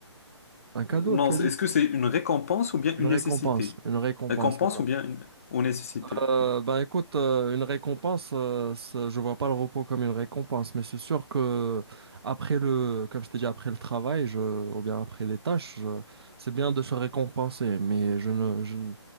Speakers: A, on the right (about 55°); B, on the left (about 30°).
A: un cadeau,
B: Euh, Non,
A: tu
B: c'est-
A: as dit?
B: est-ce que c'est une récompense ou bien
A: Une
B: une
A: récompense,
B: nécessité?
A: une récompense,
B: Récompense
A: voilà.
B: ou bien une, ou nécessité,
A: Euh,
B: oui.
A: ben écoute, euh, une récompense, euh, ça- je vois pas le repos comme une récompense, mais c'est sûr que après le, comme je t'ai dit, après le travail, je, ou bien après les tâches, je- c'est bien de se récompenser, mais je ne, je ne,